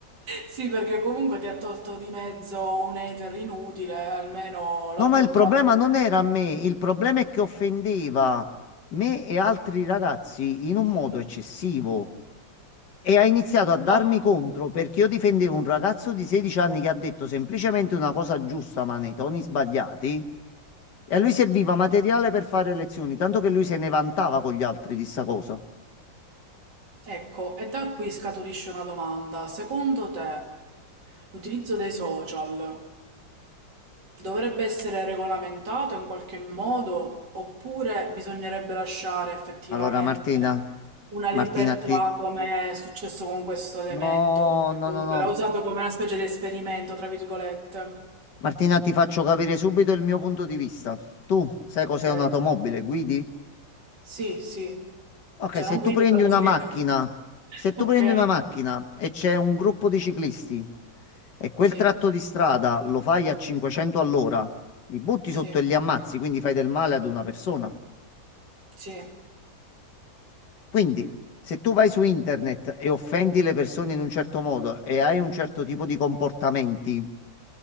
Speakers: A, on the right; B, on the left.
A: Sì, perché comunque ti ha tolto di mezzo un hater inutile, almeno l'ha
B: No, ma
A: tolto
B: il problema
A: anche.
B: non era me, il problema è che offendeva me e altri ragazzi in un modo eccessivo. E ha iniziato a darmi
A: da-
B: contro perché io difendevo un ragazzo di 16 anni che ha detto semplicemente una cosa giusta, ma nei toni sbagliati. E
A: Mm.
B: a lui serviva materiale per fare lezioni, tanto che lui se ne vantava con gli altri di sta cosa.
A: Ecco, e da qui scaturisce una domanda. Secondo te, l'utilizzo dei social dovrebbe essere regolamentato in qualche modo oppure bisognerebbe lasciare effettivamente
B: Allora, Martina,
A: una
B: Martina,
A: libertà
B: ti...
A: come è successo con questo elemento?
B: No, no,
A: Comunque
B: no, no.
A: l'ha usato come una specie di esperimento, tra virgolette.
B: Martina, ti faccio capire subito il mio punto di vista. Tu sai cos'è
A: Ok.
B: un'automobile? Guidi?
A: Sì, sì.
B: Ok,
A: Cioè
B: se
A: non guido,
B: tu prendi
A: però
B: una
A: so
B: macchina,
A: che... <laughs> co-
B: se tu
A: Ok,
B: prendi una macchina e c'è un gruppo di ciclisti e quel
A: sì,
B: tratto di strada lo fai a 500 all'ora, li butti
A: sì,
B: sotto e li ammazzi, quindi fai del male ad una persona.
A: sì,
B: Quindi, se tu vai su internet e offendi le persone in un certo modo e hai un certo tipo di comportamenti,